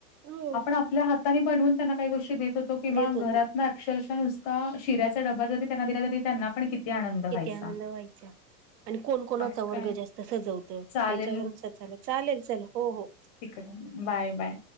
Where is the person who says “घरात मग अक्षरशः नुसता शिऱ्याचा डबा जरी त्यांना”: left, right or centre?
Left